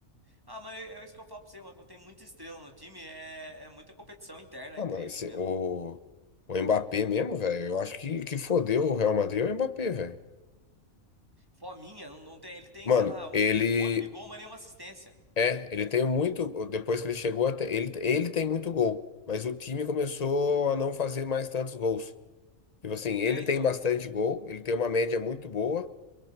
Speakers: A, on the right; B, on the left.
A: Ah, mas é é isso que eu falo pra você, mano. Quando tem muita estrela no time, é, é muita competição interna
B: Mano,
A: entre eles
B: esse-
A: mesmo.
B: o, o Mbappé mesmo, velho. Eu acho que, que fodeu o Real Madrid é o Mbappé, velho.
A: Fominha, não, não tem, ele tem,
B: Mano,
A: sei lá, um
B: ele.
A: monte de gol, mas nenhuma assistência.
B: É, ele tem muito. Depois que ele chegou, até, ele, ele tem muito gol. Mas o time começou a não fazer mais tantos gols. Tipo assim, ele
A: É, então.
B: tem bastante gol, ele tem uma média muito boa.